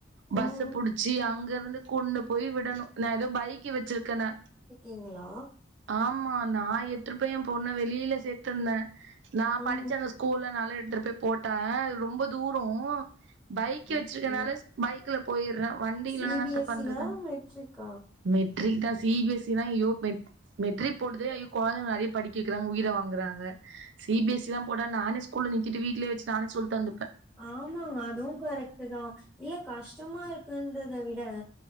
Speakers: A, on the right; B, in the centre.
A: பஸ்ஸ
B: ம்
A: புடிச்சு அங்க இருந்து கொண்டு போய் விடணு நா ஏதோ பைக்கு வச்சிருக்கேனா
B: ஈங்களா
A: ஆமா நா எத்துரு போய் ஏ பொண்ண வெளியில சேத்திருந்தே நா
B: ம்
A: படிச்ச அந்த ஸ்கூல்லனாலா எடுத்துட்டு போய் போட்டே ரொம்ப தூரோ பைக்
B: ஓகே
A: வச்சிருக்குனால பைக்ல போயிற வண்டில
B: சி
A: இல்லனா என்னாத்த
B: பி எஸ்
A: பண்றது
B: சி யா மெட்ரிக்கா
A: மெடரிக் தா சி பி எஸ் சினா யோ மெட் மெட்ரிக் போடுதே ஐயோ குழந்தைங்க நெறைய படிக்க வைக்கிறாங்க உயிர வாங்குறாங்க சி பி எஸ் சிலா போட்டா நானே ஸ்கூல்ல நித்திட்டு வீட்லே வச்சு நானே சொல்தத்துப்ப
B: ஆமாங்க அதுவு கரெக்ட் தா இல்ல கஷ்டமா இருக் பண்றத விட